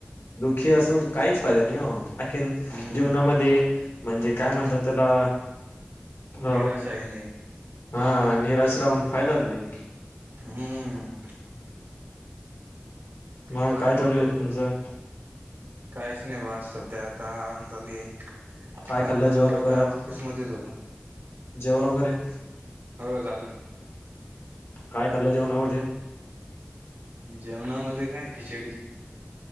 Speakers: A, on the left; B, on the right.
A: खे असून काहीच फायदा नाही हो आणखी
B: हम्म
A: जीवनामध्ये म्हणजे काय म्हणतात त्याला
B: निराशा
A: अ
B: येणे
A: हा निराश राहून फायदाच नाही
B: हम्म
A: मग
B: भरपूर
A: काय चालू
B: भरपूर
A: आहे तुमचं
B: काहीच नाही बाज सध्या आता आराम चालू आहे
A: काय
B: आज
A: खाल्लं
B: दिवसभर
A: जेवण वगैरे
B: काय ऑफिस मध्येच होतो
A: जेवण वगैरे हम्
B: हो झालं ना
A: काय कलं जेवणामध्ये
B: जेवणामध्ये काय खिचडी